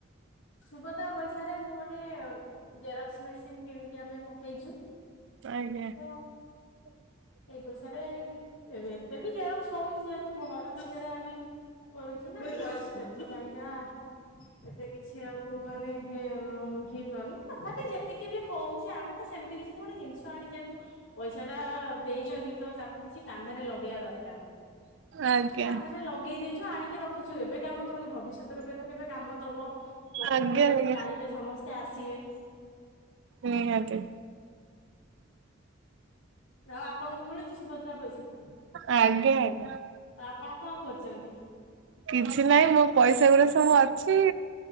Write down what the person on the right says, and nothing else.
ଆଜ୍ଞା
<inaudible>
ଆଜ୍ଞା
ଆଜ୍ଞା
ଆଜ୍ଞା।
ନିହାତି।
ଆଜ୍ଞା, ଆଜ୍ଞା।
କିଛି ନାଇ ମୋ ପଇସା ଗୁରା ସବୁ ଅଛି।